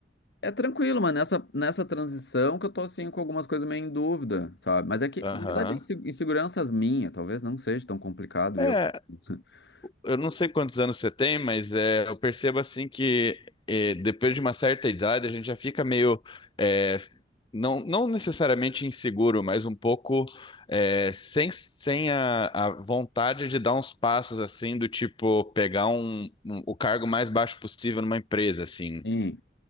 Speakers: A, on the left; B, on the left.
A: é tranquilo, mas nessa, nessa transição que eu tô assim com algumas coisas meio em dúvida, sabe? Mas é que,
B: Aham.
A: na verdade, é inse- inseguranças minhas, talvez não seja tão complicado
B: É,
A: eu. <laughs>
B: eu não sei quantos anos você tem, mas é, eu percebo assim que é, depois de uma certa idade a gente já fica meio é, não, não necessariamente inseguro, mas um pouco é, sem, sem a, a vontade de dar uns passos assim do tipo pegar um, um- o cargo mais baixo possível numa empresa assim.
A: Sim.